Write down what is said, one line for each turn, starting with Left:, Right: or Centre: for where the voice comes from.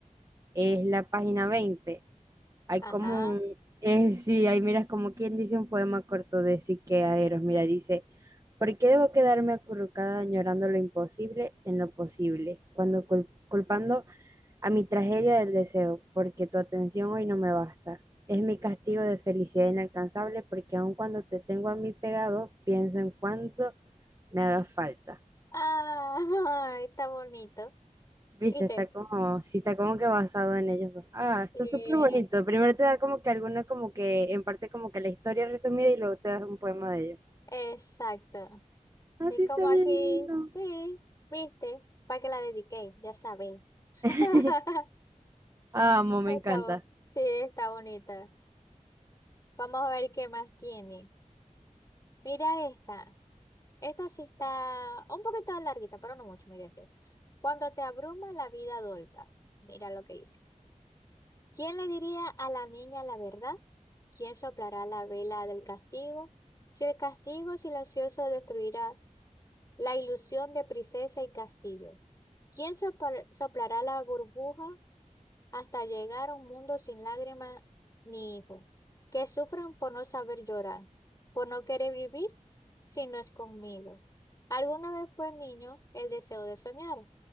Right: es la página veinte Hay
Left: Ajá.
Right: como un, eh, sí, ahí miras como quien dice un poema corto de Sique Aeros. Mira, dice, ¿por qué debo quedarme acurrucada añorando lo imposible en lo posible? Cuando cul- culpando a mi tragedia del deseo, porque tu atención hoy no me basta. Es mi castigo de felicidad inalcanzable, porque aun cuando te tengo a mí pegado, pienso en cuánto me haga falta.
Left: Ah, <laughs> está bonito.
Right: Viste,
Left: ¿Viste?
Right: está como, sí, está como que basado en ellos dos. Ah, está
Left: Sí,
Right: súper bonito. Primero te da como que alguna, como que, en parte como que la historia resumida y luego te das un poema de ellos.
Left: exacto.
Right: Ah,
Left: Es
Right: sí, está
Left: como aquí,
Right: bien lindo.
Left: sí, ¿viste? Para que la dediqué, ya saben. <laughs>
Right: <laughs> Amo, me
Left: Está,
Right: encanta.
Left: bo- sí, está bonita. Vamos a ver qué más tiene. Mira esta. Esta sí está un poquito larguita, pero no mucho, mira ese. Cuando te abruma la vida adulta, mira lo que dice. ¿Quién le diría a la niña la verdad? ¿Quién soplará la vela del castigo? Si el castigo silencioso destruirá la ilusión de princesa y castillo. ¿Quién sopor- soplará la burbuja hasta llegar a un mundo sin lágrimas ni hijos, que sufren por no saber llorar, por no querer vivir si no es conmigo. Alguna vez fue niño el deseo de soñar,